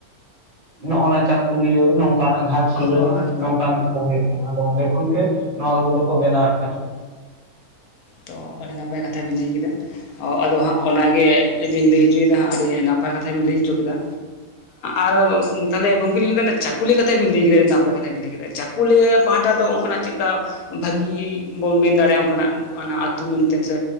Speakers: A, on the right; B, on the left.
A: ᱱᱚᱜᱼᱚᱱᱟ ᱪᱟᱹᱠᱩᱞᱤᱭᱟᱹ ᱱᱚᱝᱠᱟᱱᱟᱜ ᱜᱷᱟᱴᱥᱤᱞᱟᱹ
B: ᱦᱳᱭ
A: ᱱᱚᱝᱠᱟᱱᱟᱜ ᱠᱚ ᱦᱩᱭᱩᱜ ᱠᱟᱱᱟ ᱟᱫᱚ ᱚᱸᱰᱮ ᱠᱷᱚᱱᱟᱜ ᱱᱚᱣᱟ ᱠᱚ ᱠᱚᱫᱚ ᱠᱚ ᱵᱮᱱᱟᱣᱮᱫ ᱠᱟᱱᱟ ᱾
B: ᱛᱚ ᱟᱹᱰᱤ ᱱᱟᱯᱟᱭ ᱠᱟᱛᱷᱟ ᱵᱮᱤᱱ ᱞᱟᱹᱭ ᱠᱮᱫᱟ ᱾ ᱚ ᱟᱫᱚ ᱦᱟᱸᱜ ᱚᱱᱟᱜᱮᱞᱤᱧ ᱞᱟᱹᱭ ᱚᱪᱚᱭᱮᱫᱟ ᱦᱟᱸᱜ ᱟᱹᱰᱤ ᱱᱟᱯᱟᱭ ᱠᱟᱛᱷᱟ ᱵᱮᱤᱱ ᱞᱟᱹᱭ ᱚᱪᱚ ᱠᱮᱫᱟ᱾ ᱟᱨ ᱛᱟᱦᱞᱮ ᱜᱚᱝᱠᱮ ᱢᱮᱱᱟᱹᱭᱫᱟ ᱪᱟᱹᱠᱩᱞᱞᱤᱭᱟᱹ ᱠᱟᱛᱷᱟ ᱵᱮᱤᱱ ᱞᱟᱹᱭ ᱠᱮᱫᱟ ᱵᱟᱯᱞᱟ ᱠᱟᱛᱷᱟ ᱵ ᱵᱮ ᱞᱟᱹᱭ ᱾ ᱪᱟᱹᱠᱚᱞᱤᱭᱟᱹ ᱯᱟᱦᱴᱟ ᱫᱚ ᱚᱱᱠᱟᱱᱟᱜ ᱪᱮᱫᱠᱟ ᱵᱷᱟᱹᱜᱤ ᱵᱚᱱ ᱢᱮᱱ ᱫᱟᱲᱮᱭᱟᱜᱼᱟ ᱚᱱᱠᱟᱱᱟᱜ ᱚᱱᱟ ᱟᱹᱛᱩ ᱢᱮᱱᱛᱮ ᱥᱮ